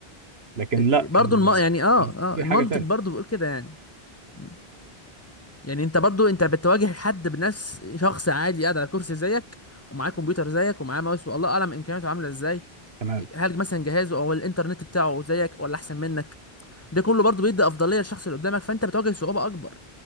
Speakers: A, on the right; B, on the left.
A: لكن لا
B: برضو
A: ال-
B: الم... يعني اه
A: الاستوديو
B: اه المنطق
A: حاجه تانية
B: برضو بيقول كده يعني مم. يعني انت برضو انت بتواجه حد بنفس شخص عادي قاعد على كرسي زيك ومعاه كمبيوتر زيك ومعاه ماوس والله اعلم امكانياته عامله ازاي
A: تمام
B: هل مثلا جهازه او الانترنت بتاعه زيك ولا احسن منك ده كله برضو بيدي افضليه للشخص اللي قدامك فانت بتواجه صعوبه اكبر